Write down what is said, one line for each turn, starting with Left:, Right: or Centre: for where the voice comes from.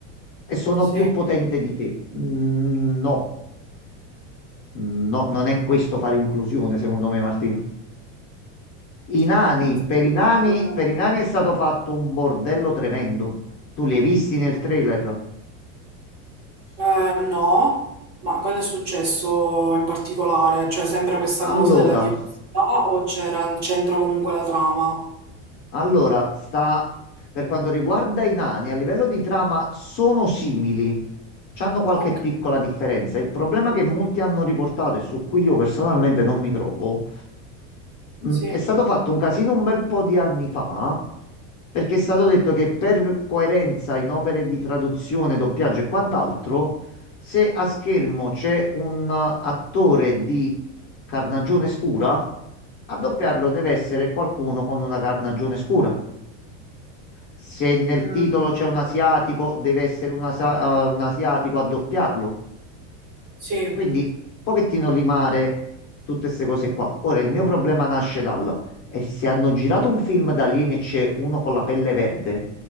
Left: e sono
Right: sì,
Left: più potente di te. Mm, No, no, non è questo fare inclusione, secondo me, Martino. I nani,
Right: ma insomma,
Left: per i nani, per i nani è stato fatto un bordello tremendo. Tu li hai visti nel trailer?
Right: eh, eh, no, ma cosa è successo in particolare? Cioè, sempre questa
Left: Allora,
Right: cosa della diversità o c'era, c'entra comunque la trama?
Left: Allora, sta per quanto riguarda i nani, a livello di trama sono simili, c'hanno qualche
Right: Ok,
Left: piccola differenza. Il problema che molti hanno riportato e su cui io personalmente non mi trovo, mh,
Right: sì.
Left: è stato fatto un casino un bel po' di anni fa, perché è stato detto che per coerenza in opere di traduzione, doppiaggio e quant'altro, se a schermo c'è un attore di carnagione scura, a doppiarlo deve essere qualcuno con una carnagione scura. Se nel
Right: Mm,
Left: titolo c'è un
Right: ok.
Left: asiatico, deve essere un, asa- eh, un asiatico a doppiarlo.
Right: Sì.
Left: Quindi, un pochettino limare tutte queste cose qua. Ora, il mio problema nasce dal... E se hanno girato un film da alieni e c'è uno con la pelle verde,